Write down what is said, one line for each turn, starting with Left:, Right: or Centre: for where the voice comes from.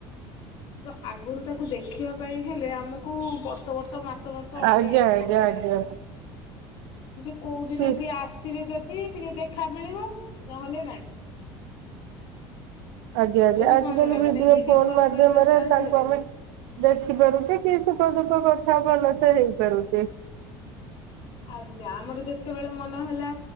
Left: ତ ଆଗରୁ ତାକୁ ଦେଖିବା ପାଇଁ ହେଲେ ଆମକୁ ବର୍ଷ ବର୍ଷ ମାସ ମାସ ଅନେଇବାକୁ
Right: ଆଜ୍ଞା ଆଜ୍ଞା
Left: ପଡ଼ୁଥିଲା
Right: ଆଜ୍ଞା
Left: ଇରେ କୋଉଦିନ
Right: ସି
Left: ସିଏ ଆସିବେ ଯଦି ଟିକେ ଦେଖା ମିଳିବ ନହେଲେ ନାଇଁ।
Right: ଆଜ୍ଞା
Left: ଏବେ
Right: ଆଜିକାଲି
Left: କଣ ହେଲା
Right: ଭିଡିଓ
Left: ମାନେ
Right: ଫୋନ୍
Left: କଲ
Right: ମାଧ୍ୟମରେ
Left: କରିବା ସାହାଯ୍ୟରେ
Right: ତାଙ୍କୁ ଆମେ ଦେଖି ପାରୁଚି କି ସୁଖ ଦୁଖ କଥା ଭଲସେ ହେଇପାରୁଚେ।
Left: ଆଜ୍ଞା ଆମର ଯେତେବେଳେ ମନ ହେଲା